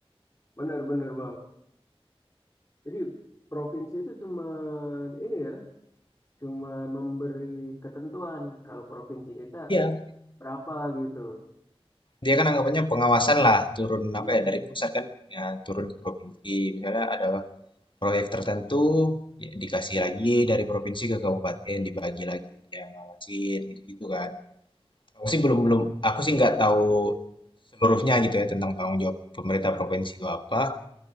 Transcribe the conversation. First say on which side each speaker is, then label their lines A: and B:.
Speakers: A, on the left; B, on the left.
A: benar-benar bang. Jadi provinsi itu cuman ini ya, cuman memberi ketentuan kalau provinsi kita
B: Iya,
A: berapa gitu.
B: dia kan anggapannya pengawasan lah turun
A: Iya.
B: apa ya dari pusat kan ya turun ke provinsi misalnya ada Proyek tertentu, ya dikasih lagi dari provinsi ke kabupaten, dibagi lagi, dia ngawasin, gitu-gitu kan. Aku sih belum belum, aku sih nggak tahu seluruhnya gitu ya tentang tanggung jawab pemerintah provinsi itu apa.